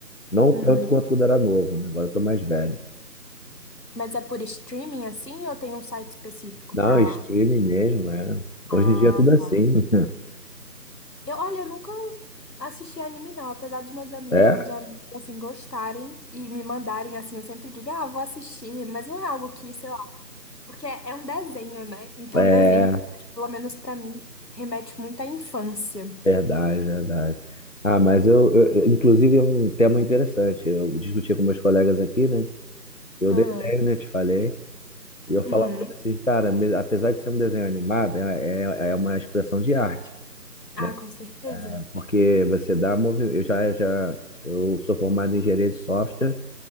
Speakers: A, on the left; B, on the left.
A: Não
B: Hum,
A: tanto quanto quando era novo, né? Agora eu tô mais velho.
B: Mas é por streaming assim ou tem um site específico
A: Não,
B: pra.
A: streaming
B: assistir?
A: mesmo, é.
B: Ah,
A: Hoje em dia é tudo assim.
B: tá.
A: <laughs>
B: Eu, olha, eu nunca assisti anime, não. Apesar dos meus amigos,
A: É?
B: de uns amigos, assim, gostarem e me mandarem, assim, eu sempre digo, ah, vou assistir, mas não é algo que, sei lá, porque é um desenho, né? Então,
A: É,
B: desenho, pelo menos pra mim, remete muito à infância.
A: verdade, verdade. Ah, mas eu, eu- inclusive, é um tema interessante. Eu discutia com meus colegas aqui, né? Eu
B: Ah,
A: detenho, né? Te falei. E eu falava
B: uhum.
A: pra ele assim, cara, me- apesar de ser um desenho animado, é, é, é uma expressão de arte,
B: Ah,
A: né?
B: com certeza.
A: Porque você dá movimento. Eu já, já eu sou formado em engenharia de software,